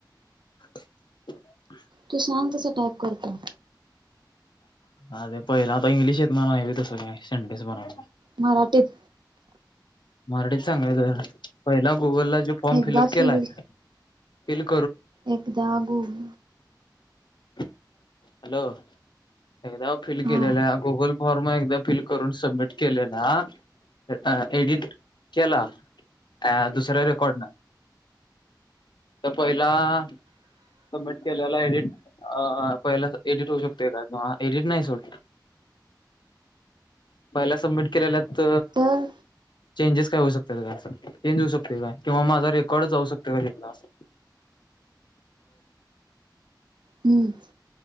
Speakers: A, on the left (about 75°); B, on the right (about 75°).
A: <inaudible>
B: तू सांग तस टायप - करतो.
A: अे पहिले आता इंग्लिश येत म्हणा तसं काय संडेस बनवायला.
B: मराठीत!
A: मराठीच सांगाय पहिला. गुगलला जे फॉर्म
B: एकदा
A: फिलअप
B: फील
A: केलाय. फिलिप
B: एकदा गोम.
A: हॅलो एकदा फिल
B: हा
A: केलेलं गुगल. फॉर्म एकदा फिल करून सबमिट केलेला एडिट! केला अ दुसरा रेकॉर्ड न तर पहिला सबमिट केलेला एडिट अ पहिला एडिट होऊ शकते का कं एडिट नाही सोड पहिला सबमिट केलेल्यात.
B: तर
A: चेंजेस काय होऊ शकत का अस चेंज होऊ शकते का किंवा माझा रेकॉर्ड जाऊ शकत का तिथला अस.
B: हम्म